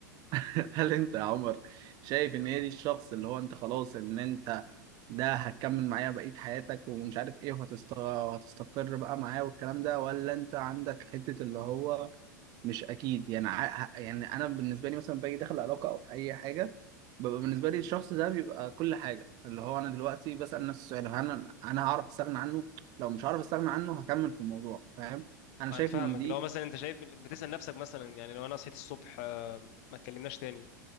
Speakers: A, on the right; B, on the left.
A: <laughs> هل انت يا عمر شايف ان هي دي الشخص اللي هو انت خلاص ان انت ده هتكمل معاه بقية حياتك ومش عارف ايه وهتست... وهتستقر بقى معاه والكلام ده ولا انت عندك حتة اللي هو مش اكيد يعني ع... يعني انا بالنسبة لي مثلا باجي داخل علاقة او اي حاجة ببقى بالنسبة لي الشخص ده بيبقى كل حاجة اللي هو انا دلوقتي بسأل نفسي السؤال هل انا انا هعرف استغنى عنه لو مش هعرف استغنى عنه هكمل في الموضوع فاهم انا شايف
B: انا فاهمك
A: ان دي
B: لو مثلا انت شايف بتسأل نفسك مثلا يعني لو انا صحيت الصبح آه، ما اتكلمناش تاني